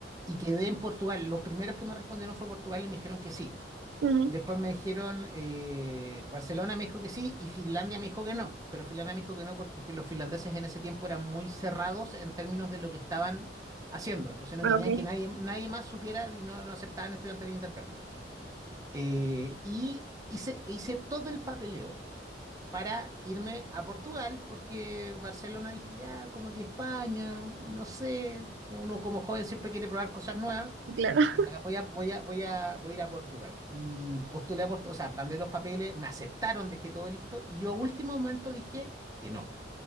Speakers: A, on the right (about 20°); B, on the right (about 80°).
A: y quedé en Portugal. Los primeros que me respondieron fue Portugal y me dijeron que sí.
B: Ujú,
A: Después me dijeron, eh, Barcelona me dijo que sí y Finlandia me dijo que no, pero Finlandia me dijo que no porque fi- los finlandeses en ese tiempo eran muy cerrados en términos de lo que estaban haciendo, entonces no
B: ah,
A: querían
B: Ok,
A: que nadie, nadie más supiera y no no aceptaban estudiantes de intercambio. Eh, y hice, e hice todo el papeleo para irme a Portugal, porque Barcelona dije, ya, como que España, no sé, uno como joven siempre quiere probar cosas nuevas.
B: sí, claro. <laughs>
A: Y acá voy a, voy a, voy a, voy a ir a Portugal. Y postulé a Portugal, o sea, mandé los papeles, me aceptaron, dejé todo listo. Y yo a último momento dije que no.